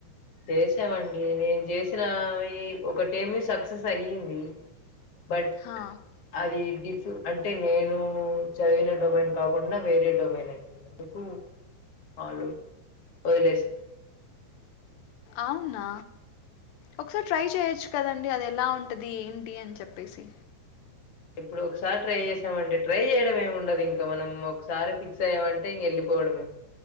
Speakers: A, on the left; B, on the left.
A: చేసామండి నేను చేసినవి ఒక టేమి సక్సెస్ అయ్యింది బట్
B: హా
A: అది డి అంటే నేను చదివిన డొమైన్ కాకుండా వేరే డొమైన్ అండి ఎందుకు వాళ్ళు వదిలేశా
B: అవునా ఒకసారి ట్రై చేయొచ్చు కదండి అది ఎలా ఉంటది ఏంటి అని చెప్పేసి
A: ఇప్పుడు ఒకసారి ట్రై చేసామంటే ట్రై చేయడం ఏమి ఉండదు ఇంకా మనం ఒకసారి ఫిక్స్ అయ్యమంటే ఇంగా వెళ్ళిపోవడమే